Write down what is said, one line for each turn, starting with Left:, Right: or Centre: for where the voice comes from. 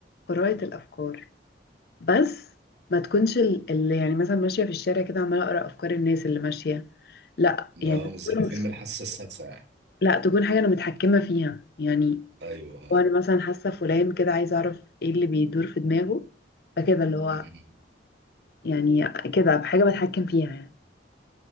Left: قراءة الافكار بس ما تكونش ال- اللي يعني مثلا ماشية في الشارع كده عمالة اقرأ افكار الناس اللي ماشية لا
Right: لا
Left: يعني تكون-
Right: مش زي فيلم الحاسة السادسة يعني
Left: لا تكون حاجة انا متحكمة فيها يعني
Right: ايوه آه.
Left: وانا مثلا حاسة فلان كده عايزة اعرف ايه اللي بيدور في دماغه فكده اللي هو
Right: مم.
Left: يعني كده بحاجة بتحكم فيها يعني